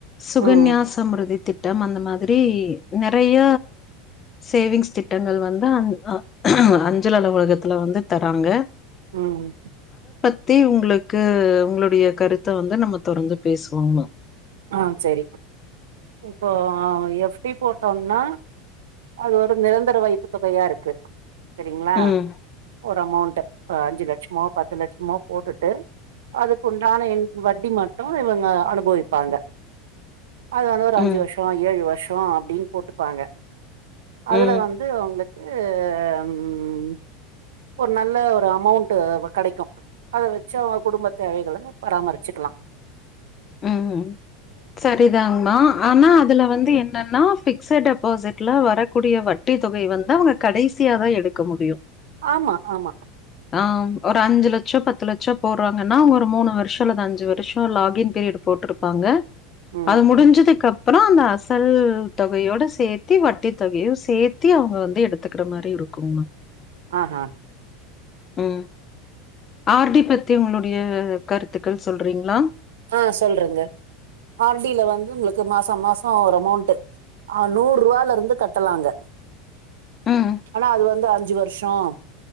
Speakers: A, on the left (about 30°); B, on the right (about 85°).
A: சுகன்யாசமிருதி
B: ம்
A: தி ட்டம் அந்த மாதிரி நெறைய சேவிங்ஸ் திட்டங்கள் வந்து அ அ அஞ்சலக உலகத்துல வந்து தராங்க
B: ம்
A: த்தி உங்களுக்கு உங்களுடைய கருத்த வந்து நம்ம தொடர்ந்து பேசுவோமா
B: ஆஹ் சரி இப்போ எஃப் டி போட்டோம்னா அது ஒரு நிரந்தர வைப்பு தொகையா இருக்கு சரிங்களா
A: ம்
B: ஒரு அமௌண்ட் அஞ்சு லட்சமோ பத்து லட் மோ போட்டுட்டு அதுக்குண்டான இதுக்கு வட்டி மட்டு இவங்க அனுபவி பாங்க அது வந்து ஒரு அஞ்சு
A: ம்
B: வருஷ ஏழு வருஷ அப்டின்னு போட்டுப்பாங்க அதுல
A: ம்
B: வந்து உங்களுக்கு ம் ஒரு நல்ல ஒரு அமௌண்ட் கெடைக்கு அத வச்சு அவங்க குடும்ப தேவைகள பராமரிச்சிக்கலா
A: ம் சரிதாங்மா ஆனா அதுல வந்து என்னன்னா பிக்ஸட் டெபாசிட் க்ல வரக்கூடிய வட்டித் தொகை வந்த அவங்க கடைசியா தா எடுக்க முடியு
B: ஆமா ஆமா
A: ஆஹ் ஒரு அஞ்சு லட்ச பத்து லட்ச போடுறாங்கன்னா ஒரு மூணு வருஷ அல்லது அஞ்சு வருஷ லாகின் பீரியட் போட்டுருப்பாங்க
B: ம்
A: அது முடிஞ்சதுக்கு அப் பறோ அந்த அசல் தொகையோட சேத்தி வட்டி தொகையு சேத்தி அவுங்க வந்து எடுத்துக்குற மாரி இருக்கும்மா
B: ஆஹ் ஹா
A: உம் ஆர் டி பத்தி உங்களுடைய கருத் த்துக்கள் சொல்றீங்களா
B: ஆஹ் சொல்றங்க ஆர் டி ல வந்து உங்களுக்கு மாசோ மாசோ ஒரு அமௌண்ட் ஆஹ் நூறு ரூவால இருந்து கட்டலாங்க
A: ம்.
B: ஆனா அது வந்து அ அஞ்சு வருஷோ